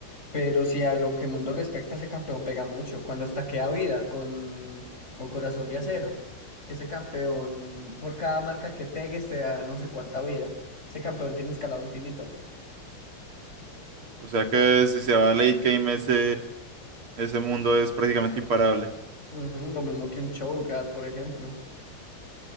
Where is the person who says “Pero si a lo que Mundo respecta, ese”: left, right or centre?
Left